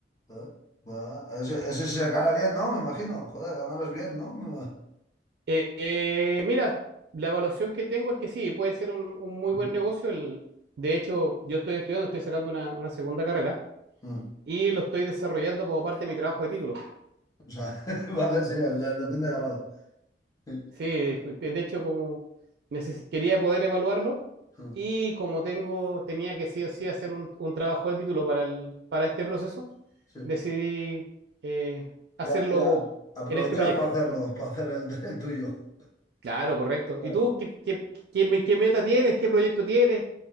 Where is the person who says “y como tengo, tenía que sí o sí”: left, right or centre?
Right